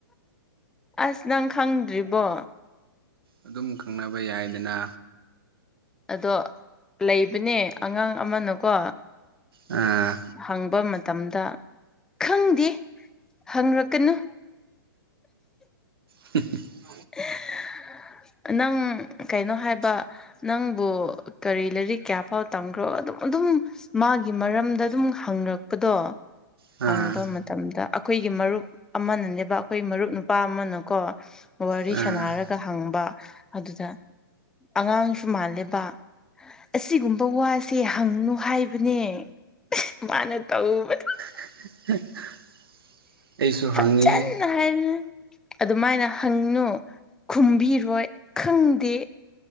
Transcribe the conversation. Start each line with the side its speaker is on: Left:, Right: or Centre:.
Centre: ꯑꯁ ꯅꯪ ꯈꯪꯗ꯭ꯔꯤꯕꯣ
Right: ꯑꯗꯨꯝ ꯈꯪꯅꯕ ꯌꯥꯏꯗꯅ
Centre: ꯑꯗꯣ ꯂꯩꯕꯅꯦ ꯑꯉꯥꯡ ꯑꯃꯅꯀꯣ
Right: ꯑꯥ
Centre: ꯍꯪꯕ ꯃꯇꯝꯗ ꯈꯪꯗꯦ ꯍꯪꯔꯛꯀꯅꯨ
Right: <unintelligible>
Centre: <unintelligible> ꯅꯪ ꯀꯩꯅꯣ ꯍꯥꯏꯕ ꯅꯪꯕꯨ ꯀꯔꯤ ꯂꯥꯏꯔꯤꯛ ꯀꯌꯥ ꯐꯥꯎ ꯇꯝꯈ꯭ꯔꯣ ꯑꯗꯨꯝ ꯑꯗꯨꯝ ꯃꯥꯒꯤ ꯃꯔꯝꯗ ꯑꯗꯨꯝ ꯍꯪꯉꯛꯄꯗꯣ
Right: ꯑꯥ
Centre: ꯍꯪꯕ ꯃꯇꯝꯗ ꯑꯩꯈꯣꯏꯒꯤ ꯃꯔꯨꯞ ꯑꯃꯅꯅꯦꯕ ꯑꯩꯈꯣꯏ ꯃꯔꯨꯞ ꯅꯨꯄꯥ ꯑꯃꯅꯀꯣ ꯋꯥꯔꯤ
Right: ꯑꯥ
Centre: ꯁꯅꯔꯒ ꯍꯪꯕ ꯑꯗꯨꯗ ꯑꯉꯥꯡꯁꯨ ꯃꯥꯜꯂꯤꯕ ꯑꯁꯤꯒꯨꯝꯕ ꯋꯥꯁꯦ ꯍꯪꯅꯨ ꯍꯥꯏꯕꯅꯦ ꯃꯥꯅ ꯇꯧꯕꯗꯣ
Right: <inaudible> ꯑꯩꯁꯨ
Centre: ꯐꯖꯅ
Right: ꯍꯪꯉꯤꯍꯦ
Centre: ꯍꯥꯏꯕꯅꯦ ꯑꯗꯨꯃꯥꯏꯅ ꯍꯪꯅꯣ ꯈꯨꯝꯕꯤꯔꯣꯏ ꯈꯪꯗꯦ